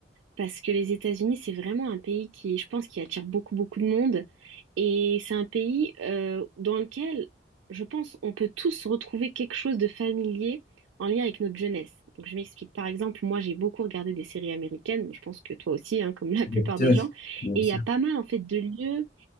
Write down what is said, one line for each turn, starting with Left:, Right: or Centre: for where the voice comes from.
Right: Parce que les États-Unis, c'est vraiment un pays qui, je pense, qui attire beaucoup, beaucoup de monde. Et c'est un pays euh, dans lequel, je pense, on peut tous retrouver quelque chose de familier en lien avec notre jeunesse. Donc, je m'explique. Par exemple, moi, j'ai beaucoup regardé des séries américaines. Je pense que toi aussi, hein, comme <laughs> la
Left: Bien
Right: plupart des gens.
Left: sûr, bien
Right: Et
Left: sûr.
Right: il y a pas mal, en fait, de lieux.